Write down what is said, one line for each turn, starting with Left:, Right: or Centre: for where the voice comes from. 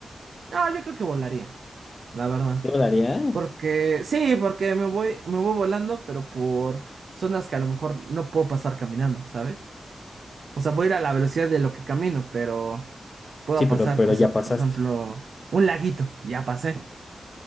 Right: no yo creo que volaría, la verdad.
Left: ¿Te lo daría?
Right: Porque, sí, porque me voy, me voy volando, pero por zonas que a lo mejor no puedo pasar caminando, ¿sabes? O sea, voy a ir a la velocidad de lo que camino, pero puedo
Left: Sí, pero,
Right: pasar
Left: pero
Right: cosas,
Left: ya pasaste.
Right: por ejemplo, un laguito, ya pasé,